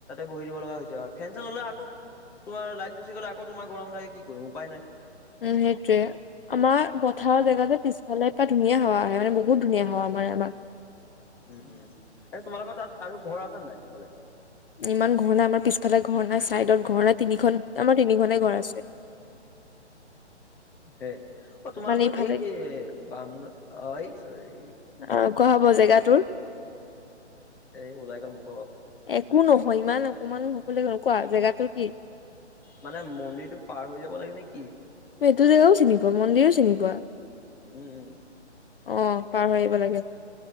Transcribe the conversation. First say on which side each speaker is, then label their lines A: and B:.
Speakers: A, in the centre; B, on the left.
A: বহি দিব লগা হৈছে আৰু, ফেন চেন ল'লে আকৌ তোমাৰ লাইট গুচি গ'লে আকৌ তোমাৰ গৰম লাগে কি কৰিম উপায় নাই।
B: উম সেইটোৱে আমাৰ পথাৰৰ জেগা যে পিছফালে পৰা ধুনীয়া হাৱা আহে মানে বহুত ধুনীয়া হাৱা মানে আমাৰ
A: উম উম আৰু তোমালোকৰ তাত আৰু ঘৰ আছে নাই সেইফালে
B: ইমান ঘৰ নাই আমাৰ পিছফালে ঘৰ নাই চাইডত ঘৰ নাই তিনিখন আমাৰ তিনিখনে ঘৰ আছে।
A: হে অ তোমালোকৰ
B: মানে ইফালে
A: এই বাম অ এই চৰি
B: অ কোৱা হব জেগা তোৰ
A: এ ওলাই গ'ল মোক
B: একো নহয় ইমান অকমান হকললে ন কোৱা জেগাটোৰ কি
A: মানে মন্দিৰটো পাৰ হৈ যাব লাগে নে কি?
B: এইটো জেগাও চিনি পোৱা মন্দিৰো চিনি পোৱা
A: উম উম
B: অ পাৰ হৈ আহিব লাগে।